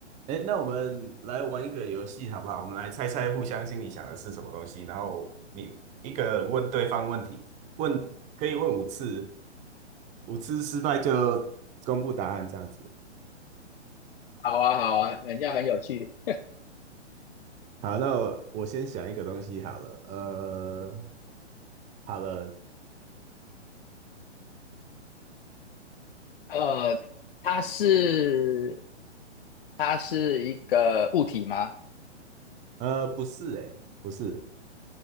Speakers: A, on the right; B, on the left.
A: 哎，那我们来玩一个游戏好不好？我们来猜猜互相心里想的是什么东西，然后你一个人问对方问题，问可以问五次，五次失败就公布答案这样子。
B: 好啊，好啊，人家很有趣。
A: 好，那我我先想一个东西好了，呃，好了，
B: 呃，它是它是一个物体吗？
A: 呃，不是、欸，哎，不是，